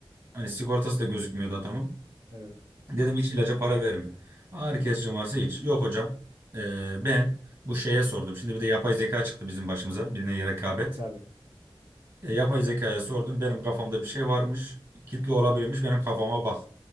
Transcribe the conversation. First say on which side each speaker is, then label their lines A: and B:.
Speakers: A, on the right; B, on the right.
A: Hani sigortası
B: Hı hı.
A: da gözükmüyordu adamın.
B: Evet.
A: Dedim hiç ilaca para verme. Ağrı kesici varsa hiç. Yok hocam ee, ben bu şeye sordum. Şimdi bir de yapay zeka çıktı bizim başımıza birine rekabet.
B: Tabii.
A: E, yapay zekaya sordum benim kafamda bir şey varmış. Kitle olabilirmiş benim kafama bak.